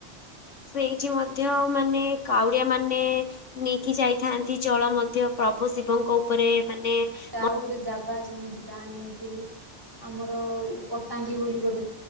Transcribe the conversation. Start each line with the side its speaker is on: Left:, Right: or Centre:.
Left: ସେଇଠି ମଧ୍ୟ ମାନେ କାଉଡିଆ ମାନେ ନେଇକି ଯାଇଥାନ୍ତି ଜଳ ମଧ୍ୟ ପ୍ରଭୁ ଶିବଙ୍କ ଉପରେ ମାନେ ମ
Right: ଆଉ ଗୋଟେ ଜାଗା ଅଛି ମୁଁ ଜାଣିନଥିଲି, ଆମର କଟାଙ୍ଗୀ ବୋଲି ଗୋଟେ